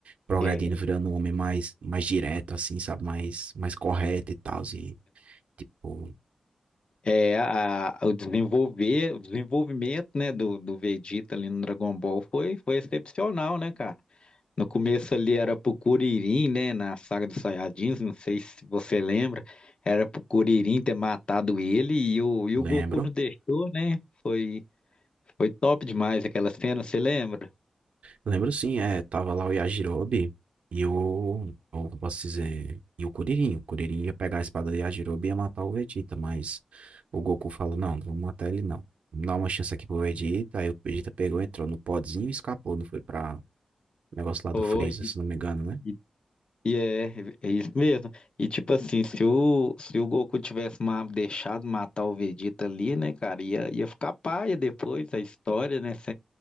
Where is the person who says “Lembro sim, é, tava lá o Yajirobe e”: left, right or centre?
Right